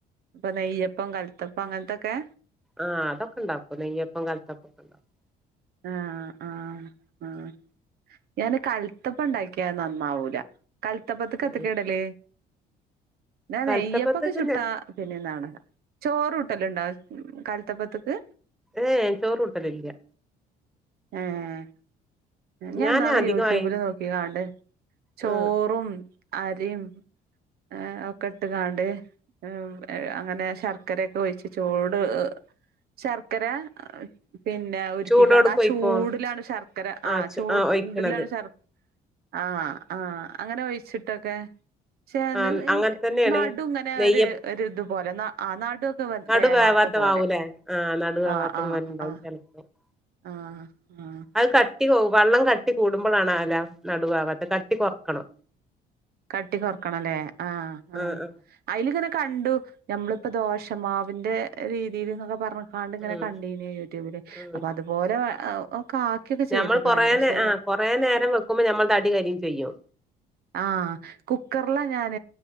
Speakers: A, on the right; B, in the centre.
A: ഇപ്പ നെയ്യപ്പം കൽത്തപ്പം അങ്ങൻത്തൊക്കെ?
B: ആഹ് അതൊക്കെണ്ടാക്കും നെയ്യപ്പം കൽത്തപ്പൊക്കെണ്ടാക്കും.
A: ആഹ് ആഹ് ആഹ് ഞാന് കൽത്തപ്പണ്ടാക്ക്യ നന്നാവൂല. കൽത്തപ്പത്ത്ക്ക് എത്തക്കെടല്?
B: ഉം
A: ന്നാ നെയ്യപ്പൊക്കെ
B: കൽത്തപ്പത്ത്ക്ക്
A: ചുട്ടാ
B: ഞാൻ
A: പിന്നെന്താണ് ചോറൂട്ടല്ണ്ടോ കൽത്തപ്പത്ത്ക്ക്.
B: ഏഹ് ചോറൂട്ടലില്ല്യാ.
A: ഏഹ്. ഞാന്നാള്
B: ഞാൻ അധികമായി
A: യൂട്യൂബില് നോക്കിക്കാണ്ട് ചോറും
B: ആ
A: അരിം എഹ് ഒക്കെ ഇട്ട്കാണ്ട് ഉം എഹ് അങ്ങനെ ശർക്കരേ ക്കോഴിച്ച് ചൂട് ശർക്കര പിന്നെ ഉര്ക്കികാണ്ടാ
B: ചൂടോട്ക്കെ ഒഴിക്കോ
A: കൂടിലാണ് ശർക്കര ആഹ്
B: ആ
A: ചൂട്ലാണ്
B: ആ ഒഴിക്കണത്
A: ശർ ശർ ആഹ് ആഹ് അങ്ങനെ ഒഴിച്ചിട്ടൊക്കെ. പക്ഷെ അതിന്റെയ്
B: ആ അങ്ങനെ തന്നെയാണ്
A: നടു ഇങ്ങനെ
B: നെയ്യ്
A: ഒര് ഒര്ത്പോലെ ആഹ് നടു ക്ക്‌ വെന്ത്‌
B: നടു
A: വേവാത്ത പോലെ
B: മാവൂലേ ആ നടു വേവാത്ത
A: ആഹ് ആഹ് ആഹ്.
B: <unintelligible>
A: ആഹ് ആഹ്.
B: അയ് കട്ടി പോവും വള്ളം കട്ടി കൂടുമ്പളാണാലോ നടുഭാഗത്ത് കട്ടി കൊർക്കണം.
A: കട്ടി കൊറക്കണംല്ലേ ആഹ് ആഹ്.
B: ആ ആ
A: അയില്ങ്ങനെ കണ്ടു ഞമ്മള്പ്പോ ദോശമാവിന്റെ രീതില്ന്നൊക്കെ പർഞ്ഞ് കാണ്ടിങ്ങനെ
B: ഉം
A: കണ്ടീന് യൂട്യൂബില്
B: ഉം
A: അപ്പ അതുപോലെ ഒക്കെ ആക്കിയൊക്കെ
B: ഞമ്മൾ
A: ചെയ്തുക്കണേ
B: കൊറേ
A: പക്ഷെ
B: നേ ആ കൊറേ നേരം വെക്കുമ്പോ നമ്മൾത് അടി കര്യും ചെയ്യും
A: ആഹ് കുക്കർലാ ഞാൻ